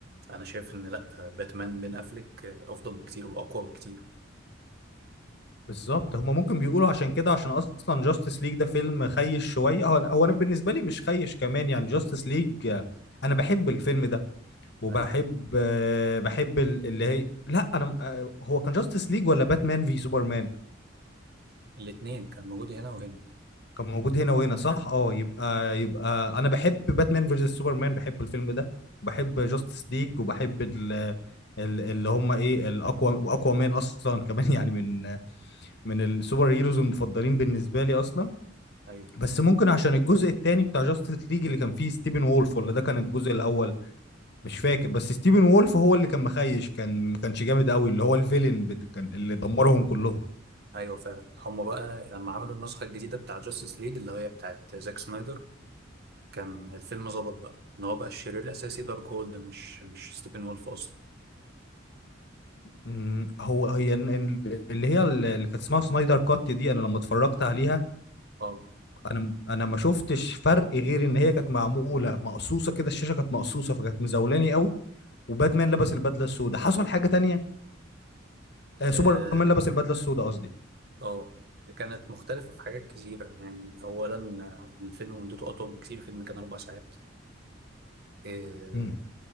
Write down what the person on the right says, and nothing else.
انا شايف ان لا آه، باتمان بين افليك آه، افضل بكتير واقوى بكتير
ايوه
الاثنين كان موجود هنا وهنا
ايوه
ايوه فعلا هم بقى لما عملوا النسخه الجديده بتاع جاستس ليج اللي هي بتاعت زاك سنايدر كان الفيلم ظبط بقى ان هو بقى الشرير الاساسي دارك هولد مش مش ستيفن وولف اصلا
اه
اه
آه. كانت مختلفة في حاجات كثيرة يعني أولا آه، الفيلم مدته أطول بكثير الفيلم كان أربع ساعات آه،